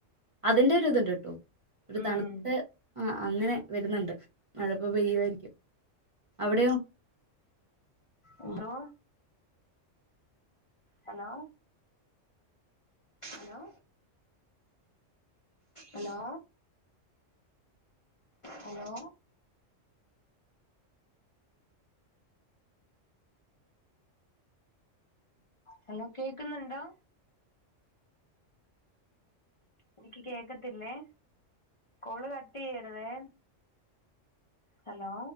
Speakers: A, on the right; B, on the left.
A: അതിന്റെ ഒരു ഇതുണ്ട് കേട്ടോ ഒരു
B: ഉം
A: തണുത്ത ആ അങ്ങനെ വരുന്നുണ്ട് മഴയിപ്പം പെയ്യുമായിരിക്കും. അവിടെയോ?
B: എന്തോ hello hello hello hello hello കേക്കുന്നുണ്ടോ? എനിക്ക് കേക്കത്തില്ലേ. കോള് കട്ട് ചെയ്യരുതേ. ഹലോ